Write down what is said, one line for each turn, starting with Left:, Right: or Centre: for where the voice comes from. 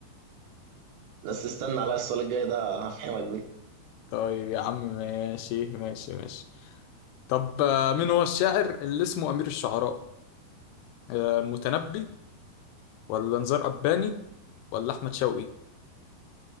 Right: بس استنى عليا السؤال الجاي ده هفهمك بيه
Left: طيب يا عم ماشي ماشي ماشي طب آه، مين هو الشاعر اللي اسمه أمير الشعراء آه، المتنبي ولا نزار قباني ولا أحمد شوقي